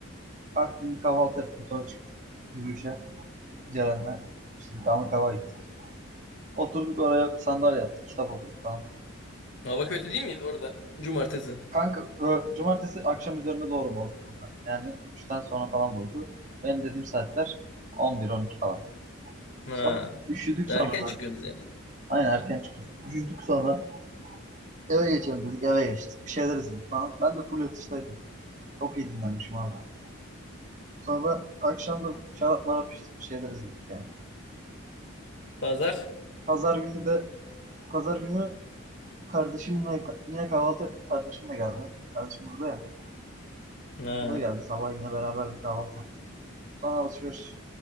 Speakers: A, on the right (about 35°); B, on the left (about 65°).
A: Kalktım bir kahvaltı yaptım sonra çıktım yürüyüşe Ceren'le. İşte bir damlık hava gittik. Oturduk oraya sandalye yaptık kitap okuduk falan.
B: Hava kötü değil miydi orada? Cumartesi.
A: Kanka ö, cumartesi akşam üzerine doğru bozdu burada. Yani üçten sonra falan bozdu. Benim dediğim saatler 11-12 falan.
B: Ha.
A: Sonra üşüdük
B: Erken
A: sonra zaten.
B: çıkıyorsunuz yani.
A: Aynen erken çıkıyoruz. Üşüdük sonra eve geçelim dedik eve geçtik. Bir şeyler izledik falan. Ben de full yatıştaydım. Çok iyi dinlenmişim abi. Sonra akşam da şarap marap içtik bir şeyler izledik yani.
B: Pazar.
A: Pazar günü de pazar günü kardeşimle yine kahvaltı yaptık. Kardeşim de geldi. Kardeşim burada ya.
B: Ha.
A: O da geldi sabah yine beraber bir kahvaltı. Sonra alışveriş.